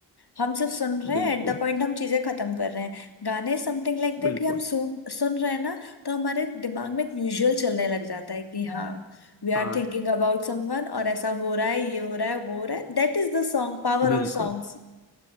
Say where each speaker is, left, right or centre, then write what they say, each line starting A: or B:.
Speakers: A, on the left; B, on the left.
A: हम सिर्फ सुन रहे
B: बिल्कुल
A: हैं एट द पॉइंट हम चीजें खत्म कर रहे हैं गाने समथिंग लाइक दैट
B: बिल्कुल
A: कि हम सुन सुन रहे हैं ना तो हमारे दिमाग में एक विजुअल चलने लग जाता है कि हाँ हाँ we
B: हाँ
A: are thinking about someone और ऐसा हो रहा है ये हो रहा है वो हो रहा है That is the song power
B: बिल्कुल
A: of songs